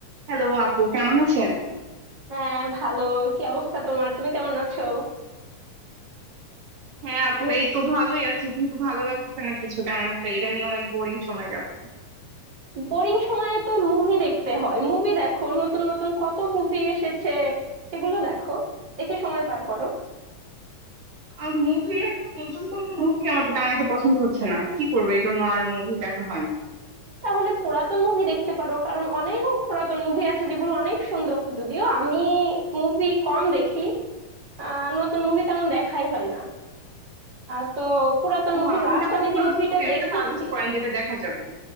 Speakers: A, on the right; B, on the right.
A: Hello আপু কেমন আছেন
B: হ্যাঁ ভালো কি অবস্থা তোমার তুমি কেমন আছো
A: হ্যাঁ আপু এই তো ভালোই আছি কিন্তু ভালো লাগছে না কিছু তেমন একটা ইদানিং অনেক বোরিং সময় যাচ্ছে
B: বোরিং সময়ে তো মুভি দেখতে হয় মুভি দেখো নতুন নতুন কত মুভি এসেছে সেগুলো দেখো দেখে সময় পার করো
A: আর মুভি এখন নতুন কোন মুভি আমার তো তেমন একটা পছন্দ হচ্ছে না কি করবো এই জন্য আর মুভি দেখা হয় না
B: তাহলে পুরাতন মুভি দেখতে পারো কারণ অনেক পুরাতন মুভি আছে যেগুলো অনেক সুন্দর যদিও আমি মুভি কম দেখি আহ নতুন মুভি তেমন দেখাই হয় না আহ, তো পুরাতন
A: ও
B: মুভি
A: আপনি
B: লাস্ট
A: তাহলে
B: আমি
A: পুরাতন
B: যে মুভিটা
A: মুভি একটা
B: দেখেছি
A: সাজেস্ট করেন যেটা দেখা যাবে